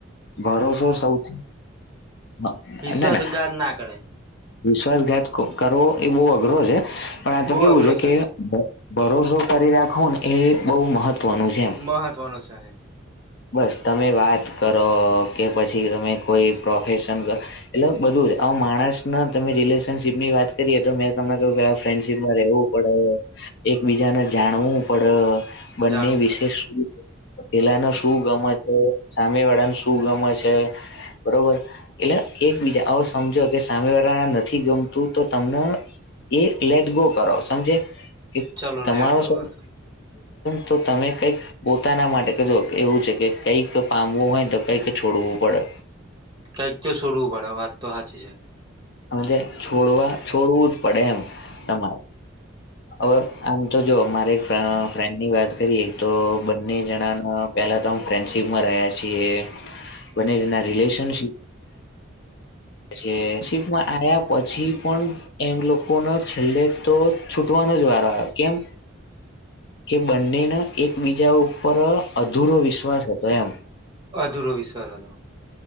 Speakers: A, on the left; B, on the right.
A: ભરોસો સૌથી
B: વિશ્વાસઘાત ના કરાય
A: વિશ્વાસઘાત કરવો એ બહુ અઘરો છે પણ આ તો
B: બહુ
A: કેવું
B: અઘરો
A: છે કે ભરોસો કરી રાખો ને એ બહઉ મહત્વનું છે એમ.
B: મહત્વનો છે
A: બસ તમે વાત કરો કે પછી તમે કોઈ પ્રોફેશન કર એટલે બધું જ આવ માણસ ના તમે રિલેશનશીપ ની વાત કરીએ તો મેં તમને કહ્યું પેલા ફ્રેન્ડશીપમાં રહેવું પણ એકબીજાને જાણવું પણડ બંને
B: જાણવું
A: વિશે
B: પડે
A: પેલાનો શું ગમે છે સામે વાળાને શું ગમે છે બરોબર એટલે એકબીજા આવો સમજો કે સામે વાળા નથી ગમતું તો તમને એ લેટ ગો કરાવ સમજે
B: ચલો
A: તમારોબ
B: લેટ ગો કર
A: તો તમે કઈક પોતાના માટે કજો એવું છે કે કંઈક પામવું હોય ને તો કંઈક છોડવું પડે
B: કંઈક તો સોરૂુંડે વાત તો હાચી છે
A: સમજે છોડવા છોડવું જ પડે એમ તમારે હવે આમ તો જો મારે અ એક ફ્રેન્ડની વાત કરીએ તો બંને જણાના પહેલાં તો અું ફ્રેન્ડશિપમાં રહ્યા છીએ.
B: હ <unintelligible>
A: બને જેના રિલેશનશીપ જે શિપમાં આવ્યા પછી પણ એમ લોકોનો છેલ્લે તો છૂટવાનો જ વારો આયો કેમ કે બંનેને એકબીજા ઉપર અ અધૂરો વિશ્વાસ હતો એમ.
B: અધૂરો વિશ્વાસ હતો.